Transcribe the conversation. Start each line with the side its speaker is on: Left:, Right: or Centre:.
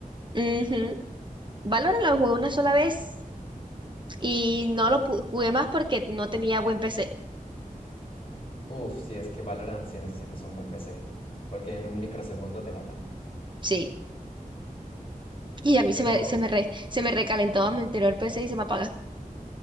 Right: Ujú. Valorant lo jugué una sola vez y no lo pu- jugué más porque no tenía buen PC.
Left: Uf, sí, es que Valorant sí necesitas un buen PC, porque en un microsegundo te matan.
Right: Sí. Y a mí se
Left: Pero
Right: me, se me, re- se me recalentó a mi anterior PC y se me apagó.